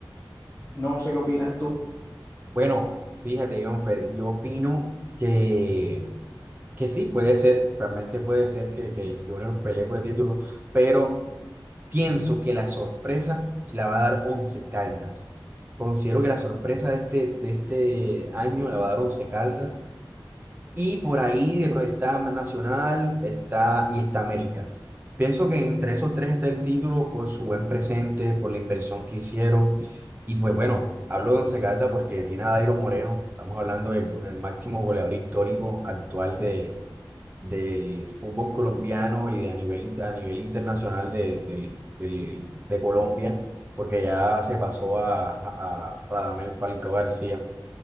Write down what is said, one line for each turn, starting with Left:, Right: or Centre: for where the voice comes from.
Left: No sé qué opinas tú.
Right: Bueno, fíjate, Jonfer, yo opino que, que sí, puede ser, realmente puede ser que, que Junior pelee por el título, pero pienso que la sorpresa la va a dar Once Caldas. Considero que la sorpresa de este, de este año la va a dar Once Caldas y por ahí de pro- está Nacional está, y está América. Pienso que entre esos tres está el título por su buen presente, por la inversión que hicieron. Y pues bueno, hablo de Once Caldas porque tiene a Dairo Moreno. Estamos hablando del go- el máximo goleador histórico actual de, del fútbol colombiano y de a nivel, inter- a nivel internacional de, del- del- de Colombia, porque ya se pasó a, a a Radamel Falcao García.